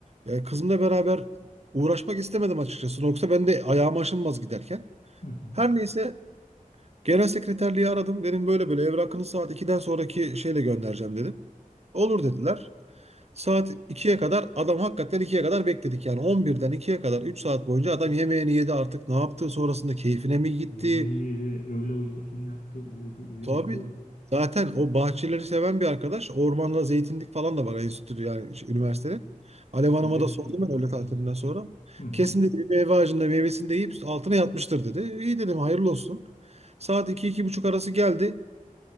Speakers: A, on the right; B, on the left.
A: e, kızımla beraber uğraşmak istemedim açıkçası. Yoksa ben de ayağım aşınmaz giderken.
B: Hı hı.
A: Her neyse Genel sekreterliği aradım. Dedim böyle böyle evrakını saat ikiden sonraki şeyle göndereceğim dedim. Olur dediler. Saat ikiye kadar adam hakikaten ikiye kadar bekledik. Yani on birden ikiye kadar 3 saat boyunca adam yemeğini yedi artık ne yaptı sonrasında keyfine mi gitti?
B: Yemeği öğle uykusunu yaptı, uyudu, uyandı.
A: Tabii zaten o bahçeleri seven bir arkadaş. Ormanda zeytinlik falan da var enstitü yani şu
B: Hı
A: üniversitenin.
B: hı.
A: Alev
B: Biliyorum
A: Hanım'a
B: girmiştim
A: da sordum
B: üniversitenin
A: ben öğle tatilinden
B: içine.
A: sonra.
B: Hı hı.
A: Kesin dedi bir meyve ağacında meyvesini de yiyip altına yatmıştır dedi. İyi dedim hayırlı olsun. Saat iki iki buçuk arası geldi.